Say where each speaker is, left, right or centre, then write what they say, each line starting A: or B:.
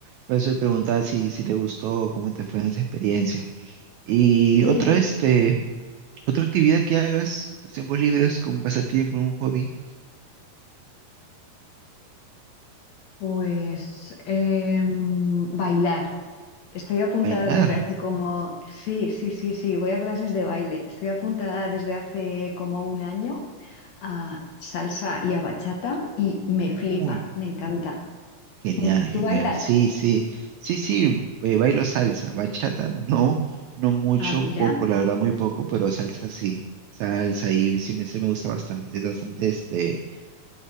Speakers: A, on the right; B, on the left.
A: por eso te preguntaba si, si te gustó, cómo te fue en esa experiencia. Y
B: Sí,
A: otra, este. Otra actividad que hagas, en tus tiempos libres, con pasatiempo, un hobby,
B: pues em, bailar. Estoy apuntada
A: bailar.
B: desde hace como, sí, sí, sí, sí, voy a clases de baile. Estoy apuntada desde hace como un año a salsa y a bachata y me flipa,
A: Uy,
B: me encanta.
A: genial,
B: Mm, ¿Tú
A: genial.
B: bailas?
A: Sí, sí, sí, sí, eh, bailo salsa. Bachata, no, no mucho,
B: Ah, mira.
A: poco, la verdad, muy poco, pero salsa sí. Salsa y sí me, sí me gusta bastante, es bastante este,